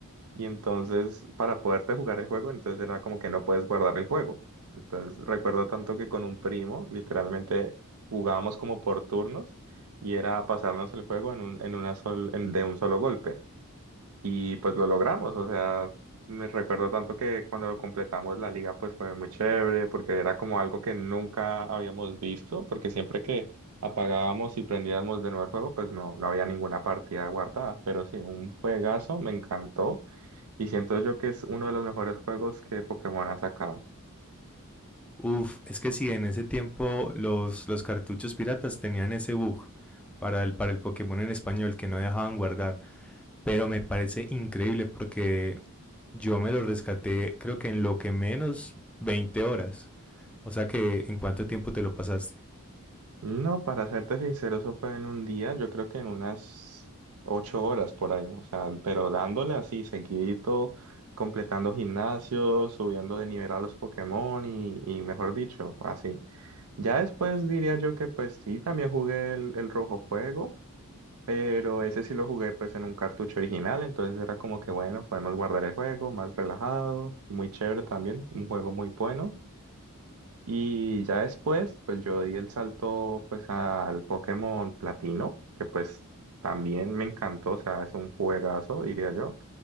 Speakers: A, on the right (about 70°); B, in the centre.
A: y entonces para poderte jugar el juego, entonces era como que no puedes guardar el juego. Entonces recuerdo tanto que con un primo literalmente jugábamos como por turnos y era pasarnos el juego en un, en una sol- en- de un solo golpe. Y pues lo logramos, o sea, me recuerdo tanto que cuando completamos la liga pues fue muy chévere porque era como algo que nunca habíamos visto, porque siempre que apagábamos y prendíamos de nuevo el juego pues no, no había ninguna partida guardada, pero sí, un juegazo, me encantó y siento yo que es uno de los mejores juegos que Pokémon ha sacado.
B: Uf, es que sí, en ese tiempo los, los cartuchos piratas tenían ese bug para el, para el Pokémon en español que no dejaban guardar. Pero me parece increíble porque yo me lo rescaté creo que en lo que menos 20 horas. O sea que, ¿en cuánto tiempo te lo pasaste?
A: No, para serte sincero, eso fue en un día, yo creo que en unas ocho horas por ahí, o sea, pero dándole así seguidito, completando gimnasios, subiendo de nivel a los Pokémon y, y mejor dicho, así. Ya después diría yo que pues sí, también jugué el, el Rojo Fuego, pero ese sí lo jugué pues en un cartucho original, entonces era como que bueno, podemos guardar el juego, más relajado, muy chévere también, un juego muy bueno. Y ya después, pues yo di el salto pues al Pokémon Platino, que pues también me encantó, o sea, es un juegazo, diría yo.